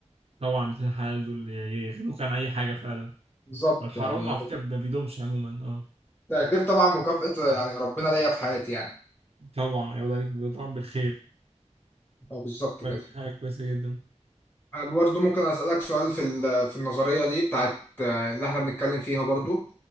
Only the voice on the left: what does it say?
بالظبط
يعني
ده غير طبعا مكافأة يعني ربنا ليا في حياتي يعني
اه بالظبط
كده
انا برضو ممكن اسالك سؤال في ال- في النظريه دي بتاعت آه، اللي احنا بنتكلم فيها برضو